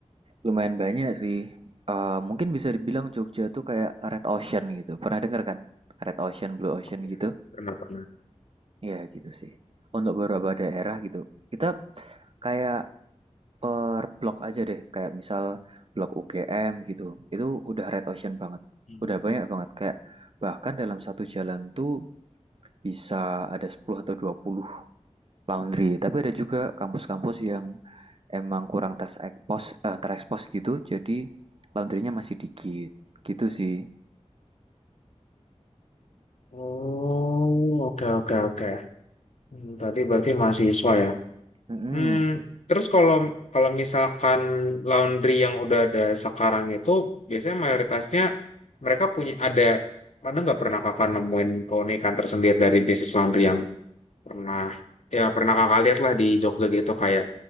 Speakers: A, on the right; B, on the left.
A: lumayan banyak sih, eee, mungkin bisa dibilang Jogja tuh kayak red ocean gitu, pernah dengar kan? Red ocean, blue ocean
B: Oh iya,
A: gitu?
B: pernah pernah.
A: ya gitu sih, untuk beberapa daerah gitu, kita kayak per blok aja deh, kayak misal blok UGM gitu. Itu udah red ocean banget.
B: Hmm.
A: Udah banyak banget kayak bahkan dalam satu jalan tuh bisa ada 10 atau 20 laundry. Tapi ada juga kampus-kampus yang emang kurang terekspos eh, terekspos gitu, jadi laundrynya masih dikit. Gitu sih.
B: Oh, oke oke oke. Hmm, Tadi berarti mahasiswa ya.
A: Mm-mm.
B: Hmm, terus kalau kalau misalkan laundry yang udah ada sekarang itu biasanya mayoritasnya mereka punya ada ada nggak pernah kakak nemuin keunikan tersendiri dari bisnis laundry yang pernah ya pernah kakak lihat lah di Jogja gitu kayak